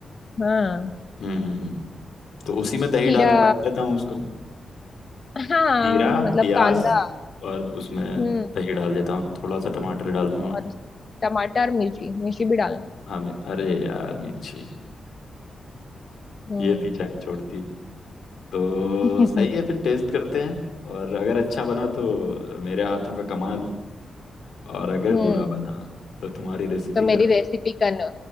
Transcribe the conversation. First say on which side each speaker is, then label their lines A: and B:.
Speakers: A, on the left; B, on the left.
A: हाँ
B: हम्म हम्म, हम्म। तो उसी में दही
A: खीरा
B: डाल के बना लेता हूँ उसको
A: हाँ
B: खीरा
A: मतलब
B: प्याज
A: कांदा
B: और उसमें
A: हम्म
B: दही डाल देता हूँ थोड़ा सा टमाटर डाल दूंगा
A: और टमाटर मिर्ची मिर्ची भी डालना
B: हाँ मे- अरे यार मिर्ची
A: हम्म
B: ये पीछा नहीं छोड़ती तो
A: <laughs>
B: सही है फिर टेस्ट करते हैं और अगर अच्छा बना तो मेरे हाथों का कमाल और अगर
A: हम्म
B: बुरा बना तो तुम्हारी रेसिपी
A: तो मेरी
B: खराब
A: रेसिपी करना